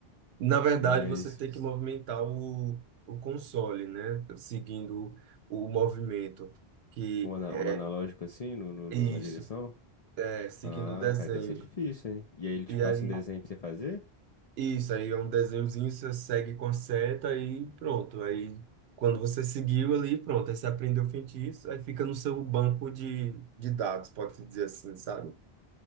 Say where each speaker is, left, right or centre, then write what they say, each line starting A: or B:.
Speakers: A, on the right; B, on the left.
A: Na verdade,
B: Mas
A: você tem que movimentar o, o console, né? Seguindo o movimento que
B: o, ana-
A: é
B: o analógico, assim, no, no-
A: isso.
B: no- na direção?
A: é, seguindo
B: Ah,
A: o desenho.
B: cara, deve ser difícil, hein? E aí ele te
A: E
B: passa
A: aí,
B: um desenho pra você fazer?
A: isso, aí é um desenhozinho, você segue com a seta e pronto. Aí, quando você seguiu ali, pronto, aí você aprendeu o feitiço, aí fica no seu banco de, de dados, pode-se dizer assim, sabe?